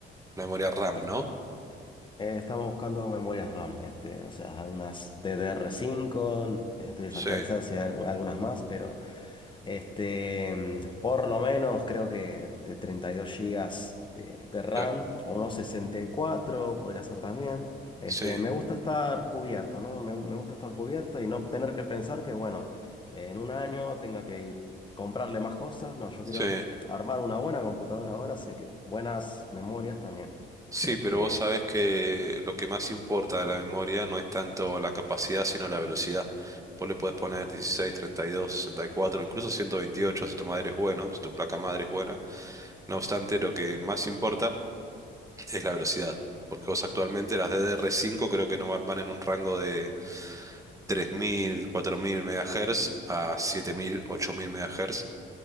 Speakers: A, on the right; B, on the left.
A: La memoria RAM,
B: Y
A: ¿no?
B: eh, estamos buscando memorias RAM, este, o sea, algunas ddr cinco, estoy desactualizado
A: Sí,
B: si hay algu- algunas más, pero Este, mm, por lo menos creo que de 32 gigas de, de RAM
A: claro,
B: o unos 64 podría ser también. Este,
A: sí,
B: me gusta estar cubierto, ¿no? Me, me gusta estar cubierto y no tener que pensar que, bueno, en un año tenga que comprarle más cosas. No, yo
A: sí.
B: quiero armar una buena computadora ahora, sé que buenas memorias también.
A: Sí,
B: Este,
A: pero vos sabés que lo que más importa de la memoria no es tanto la capacidad, sino la velocidad. Vos le podés poner 16, 32, 64, incluso 128 si tu madre es bueno, si tu placa madre es buena. No obstante, lo que más importa es la velocidad, porque vos actualmente las DDR5 creo que no va- van en un rango de 3000, 4000 MHz a 7000, 8000 MHz.